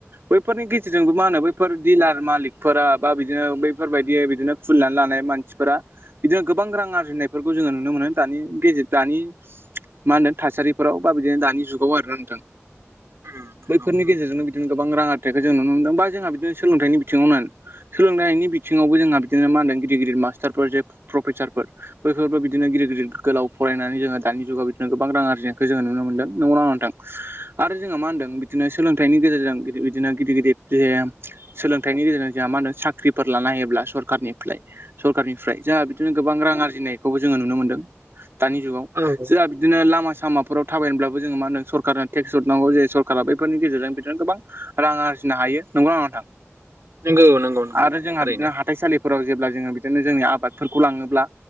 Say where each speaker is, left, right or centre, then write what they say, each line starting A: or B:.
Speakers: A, on the right; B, on the right.
A: बैफोरनि गेजेरजोंबो मा होनो बैफोर डिलार मालिक। फोरा बा बिदिनो बैफोरबायदि बिदिनो खुलिनानै लानाय मानसिफोरा। बिदिनो गोबां रां आरजिनायफोरखौ जोङो नुनो मोनो दानि गेजेर दानि। मा होन्दों थासारिफोराव बा बिदिनो दानि जुगाव आरोना नोंथां।
B: उम नंगौ
A: बैफोरनि
B: नंगौ
A: गेजेरजोंनो बिदिनो गोबां रां आथिाइखौ जों नुनो मोनदों बा जोंहा बिदिनो सोलोंथाइनि बिथिङावनो। सोलोंनायनि बिथिङावबो जोंहा बिदिनो मा होनदों गिदिर गिदिर मास्टारफोर जे प्रफेसारफोर। बैफोरबो बिदिनो गिदिर गिदिर गोलाव फरायनानै जोङो दानि जुगाव बिदिनो गोबां आरजिनायखौ जोङो नुनो मोनदों नंगौना नङा नोंथां।
B: <inaudible>
A: आरो जोंहा मा होनदों बिदिनो सोलोंथाइनि गेजेरजों बिदिनो गिदिर गिदिर जे सोलोंथाइनि गेजेरजों जोंहा मा होनो साख्रिफोर लानो हायोब्ला सरखारनिफ्राय सरखारनिफ्राय जोंहा बिदिनो गोबां रां आरजिनायखौबो जोङो नुनो मोनदों दानि जुगाव
B: औ
A: जोंहा बिदिनो लामा सामाफोराव थाबायनोब्लाबो जोङो मा होनो सरखारा टेक्स हरनांगौ जायो सरकारा बेैफोरनि गेजेरजों बिदिनो गोबां रां आरजिनो हायो नंगौना नङा नोंथां
B: नंगौ नंगौ नंगौ
A: आरो जोंहा
B: थारैनो
A: बिदिनो हाथाइसालिब फोराव जेब्ला जोङो बिदिनो जोंनि आबादफोरखौ लाङोब्ला